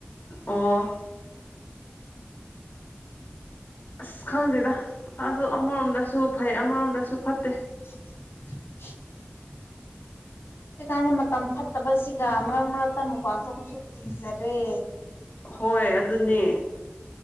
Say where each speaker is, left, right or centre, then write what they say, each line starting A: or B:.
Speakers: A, on the left; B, on the left.
A: ꯑꯣ ꯑꯁ ꯈꯪꯗꯦꯗ ꯑꯗꯨ ꯑꯃꯔꯣꯝꯗꯁꯨ ꯐꯩ ꯑꯃꯔꯣꯝꯗꯁꯨ ꯐꯠꯇꯦ
B: <unintelligible> ꯍꯧꯖꯤꯛꯀꯥꯟꯗꯤ ꯃꯇꯝ ꯐꯠꯇꯕꯁꯤꯒ ꯃꯔꯛ ꯃꯔꯛꯇ ꯃꯄꯥꯟ ꯊꯣꯛꯄꯁꯨ ꯀꯤꯖꯔꯦ
A: ꯍꯣꯏ ꯑꯗꯨꯅꯦ